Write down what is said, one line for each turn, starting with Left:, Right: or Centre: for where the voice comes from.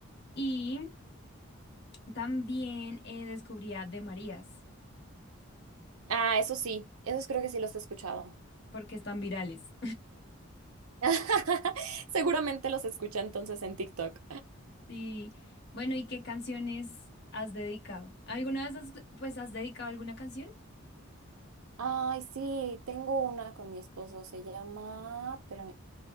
Left: Y también eh, descubrí a De Marías,
Right: Ah, eso sí, esos creo que sí los he escuchado.
Left: porque están virales.
Right: <laughs> Seguramente los escuché entonces en TikTok.
Left: Sí. Bueno, ¿y qué canciones has dedicado? ¿Alguna vez has, pues, has dedicado alguna canción?
Right: Ay, sí, tengo una con mi esposo, se llama, espérame,